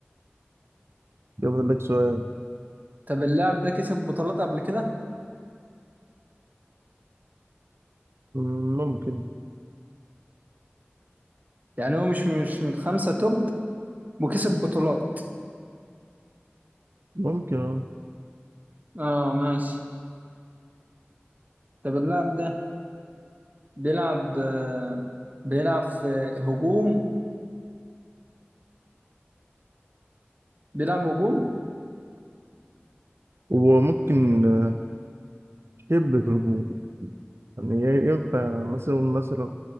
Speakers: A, on the right; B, on the right.
A: ده فاضل لك سؤال
B: طب اللاعب ده كسب بطولات قبل كده
A: مم، ممكن
B: يعني هو مش مش من خمسة توب وكسب بطولات
A: ممكن اه
B: اه ماشي طب اللاعب ده بيلعب آه بيلعب في هجوم بيلعب هجوم
A: وممكن آه، شبه هجوم يعني ي- ينفع مثلا مثلا